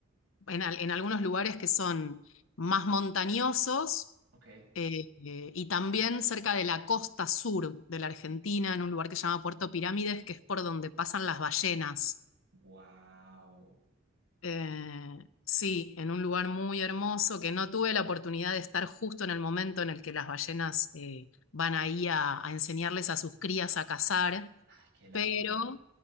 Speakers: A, on the left; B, on the right.
A: en, al- en algunos lugares que son más montañosos
B: Ok.
A: Eh, eh, y también cerca de la costa sur de la Argentina, en un lugar que se llama Puerto Pirámides, que es por donde pasan las ballenas.
B: Wow.
A: Eh, sí, en un lugar muy hermoso que no tuve la oportunidad de estar justo en el momento en el que las ballenas eh, van ahí a, a enseñarles a sus crías a cazar,
B: Ay, qué lástima.
A: pero